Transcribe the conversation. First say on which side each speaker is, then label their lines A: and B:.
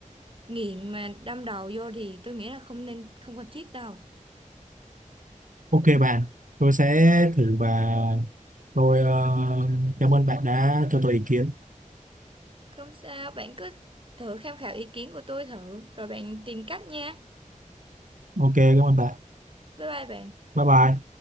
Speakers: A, on the right (about 40°); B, on the right (about 75°).
A: nghiện mà đâm đầu vô thì tôi nghĩ là không nên không cần thiết đâu
B: ok bạn tôi sẽ thử và tôi ờ, cảm ơn bạn đã cho tôi ý kiến
A: Không sao, bạn cứ thử tham khảo ý kiến của tôi thử, rồi bạn tìm cách nha.
B: ok cảm ơn bạn
A: Bye bye bạn.
B: bye bye